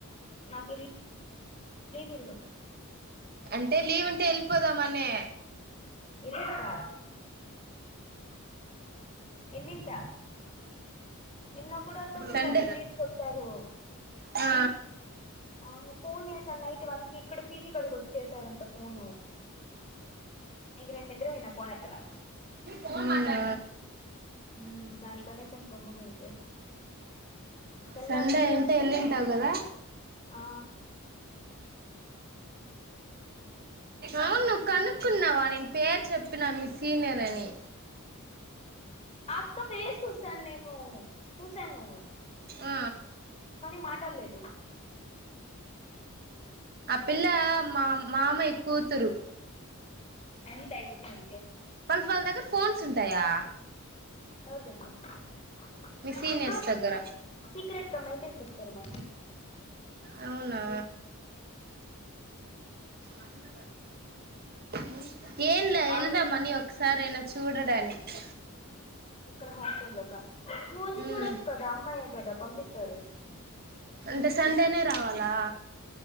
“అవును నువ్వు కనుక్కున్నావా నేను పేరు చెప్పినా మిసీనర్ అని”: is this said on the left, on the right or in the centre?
Right